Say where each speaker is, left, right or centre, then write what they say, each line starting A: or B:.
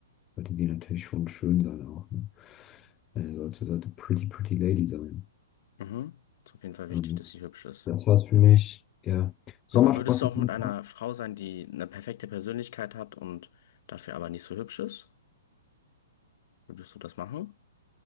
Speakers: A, on the left; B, on the left.
A: sollte die natürlich schon schön sein auch. Ne? Äh, sollte, sollte Pretty Pretty Lady sein.
B: mhm. Ist auf jeden Fall
A: Und
B: wichtig, dass sie hübsch ist.
A: das heißt für mich, ja, Sommersprossen.
B: Aber würdest du auch mit einer Frau sein, die eine perfekte Persönlichkeit hat und dafür aber nicht so hübsch ist? Würdest du das machen?